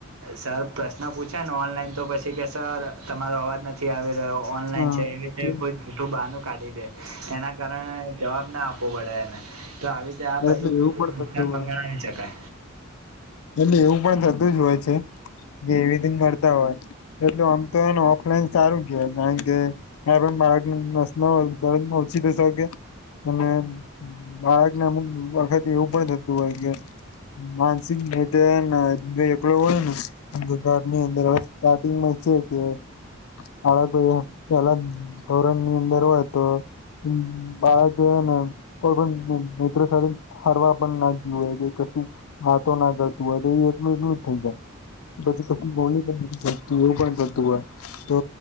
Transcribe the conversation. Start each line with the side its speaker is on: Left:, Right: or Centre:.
Right: સર પ્રશ્ન પૂછે ને ઓનલાઈન તો પછી. કે સર તમારો અવાજ નથી આવી રહ્યો ઓનલાઈન
Left: હા
Right: છે એવી રીતે
Left: એટલે
Right: કોઈ જઠું બહાનું કાઢી દે. એના કારણે જવાબ ના આપવો પડે એને તો આવી. આ બધું
Left: એટલે એવું પણ
Right: નુકસાન
Left: થતું
Right: મ
Left: હોય
Right: ગણાવ શકાય.
Left: એટલે એવું પણ થતું જ હોય છે જે એવી ર કરતા હોય. એટલ આમ તો એને ઓફલાઈન સારું કે કારણ કે. હ પણ બાળકસ દર ઓછી થશે કે અને. બાળક ના વખતે એવું પણ થતું હોય કે મા. એકલો હોય ને. હદુધાર ની અંદર હવે સ્ટાર્ટિંગમાં છે કે. હવે કોઈ પેલા ધોરણ ની અંદર હોય તો. હમ બાળ જન. કોઈ પણ મિત સાધન ફરવા પણ ના જએ કે કશી. હતો ના કરતું હોય તો એ એટલું એટલું જ થઈ જાય. પછી કીની પણતી એવું પણ થતું હોય. તો